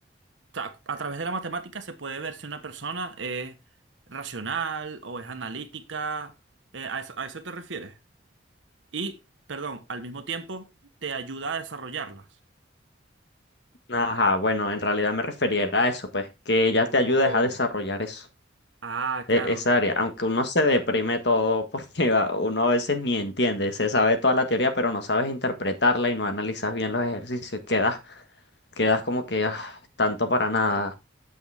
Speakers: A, on the right (about 80°); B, on the left (about 60°).
A: sea, a través de la matemática se puede ver si una persona es racional o es analítica. Eh, a eso, a eso te refieres. Y, perdón, al mismo tiempo te ayuda a desarrollarlas.
B: Ajá, bueno, en realidad me refería era a eso, pues, que ella te ayuda
A: Oh,
B: es a desarrollar eso,
A: ah,
B: e-
A: claro.
B: esa área, aunque uno se deprime todo <laughs> porque va- uno a veces ni entiende, se sabe toda la teoría, pero no sabes interpretarla y no analizas bien los ejercicios, quedas, quedas como que ah, tanto para nada.